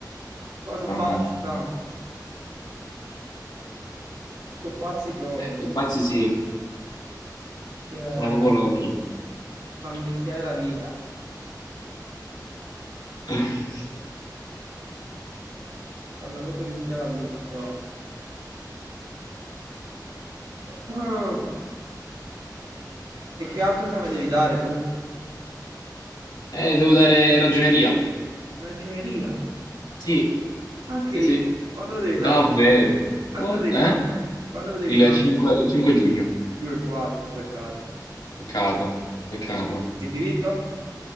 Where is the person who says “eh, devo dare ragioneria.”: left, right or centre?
Left